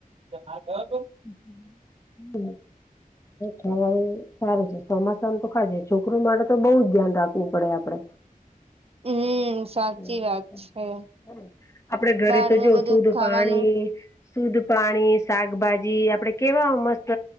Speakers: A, on the right; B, on the left.
A: <inaudible>
B: <unintelligible> ખવાનું સારું છે. સ- તો ખા છોકરો માટે તો બહુ જ ધ્યાન રાખવું પડે આપડે,
A: હમ સાચી
B: <inaudible>
A: વાત છે
B: આપડે ઘરે
A: બહારનું
B: તો જો
A: બધું
B: શુદધ
A: ખાવાનું
B: પાણી સુંદ્ધ પાણી શાકભાજી આપડે કેવા મસ્ત